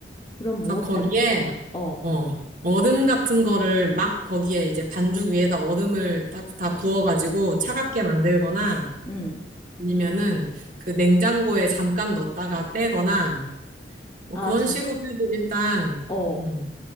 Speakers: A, on the left; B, on the right.
A: 그럼 뭐,
B: 그래서 거기에
A: 반, 어,
B: 어 얼음 같은 거를 막 거기에 이제 반죽 위에다 얼음을 딱 다 부어가지고 차갑게 만들거나
A: 음.
B: 아니면은 그 냉장고에 잠깐 넣었다가 빼거나 뭐
A: 아,
B: 그런
A: 장,
B: 식으로 해도 일단
A: 어,
B: 음,